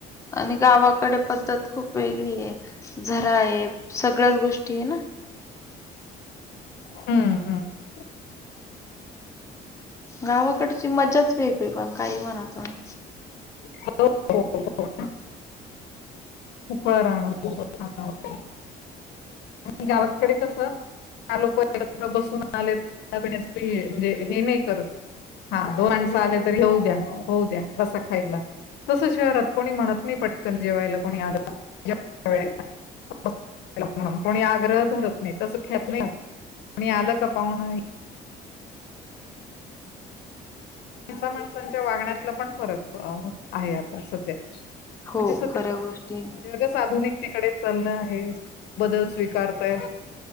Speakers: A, on the left (about 15°); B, on the left (about 80°).
A: आणि गावाकडे पद्धत खूप वेगळी आहे झरा आहे सगळ्याच गोष्टी आहे ना
B: हम्म हम्म <inaudible>
A: गावाकडची मजाच वेगळी <inaudible> पण काही म्हण तुम्ही
B: हो <inaudible> <inaudible> हो हो <unintelligible>
A: <inaudible>
B: आणि <inaudible> गावातकडे कसं चार लोक एकत्र बसून आलेण्या म्हणजे हे नाही करत. हा दोन माणस आले तरी होऊ द्या, होऊ द्या बसा खाईला. तस शहरात कोणी म्हणत नाही पटकन जेवायला कोणी आलं? <inaudible> <unintelligible> कोणी आग्रह धरत नाही तस ख्यात नाही कोणी आलं का पाहुणं माणसा <unintelligible> माणसांच्या वागण्यातला पण फरक आहे आता सध्या
A: हो,
B: म्हणजे सगळे
A: खऱ्या गोष्टी आहे.
B: जगच आधुनिक तिकडे चालय आहे बदल स्वीकारतय.